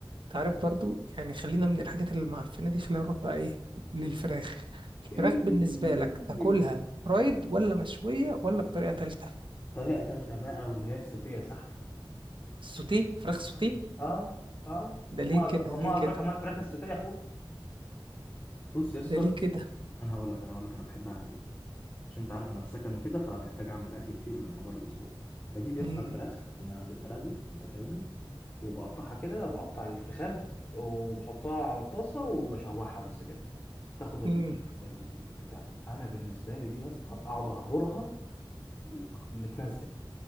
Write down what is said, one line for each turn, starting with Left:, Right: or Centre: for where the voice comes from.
Right: تعرف برضو يعني خلينا من الحاجات اللي معفنة دي خلينا نروح بقى إيه للفراخ الفراخ
Left: إيه.
Right: بالنسبة لك تاكلها فرايد ولا مشوية ولا بطريقة تالتة
Left: طريقه تالته بقى واللي هي السوتيه يا صاحبي
Right: السوتيه فراخ سوتيه
Left: آه. اه اه
Right: ده
Left: وما
Right: ليه
Left: أدرا...
Right: كده
Left: وما
Right: ليه كده
Left: ادراك ما الفراخ السوتيه يا اخويا بص يا اسطى
Right: ده ليه كده
Left: انا هقول لك انا هقول لك انا بحب اعمل ايه عشان انت عارف انا في سكن وكده فمحتاج اعمل اكل كتير لمدار الاسبوع بجيب يا اسطى
Right: امم
Left: الفراخ من عند الفراخي انت فاهمني وبقطعها كده بقطع الفخاد وبحطها على الطاسه وبشوحها بس كده تاخد ال...
Right: امم
Left: ال... ال- بتاع ده انا بالنسبه لي دي يا اسطى اقعد اهبرها وخ- متمزج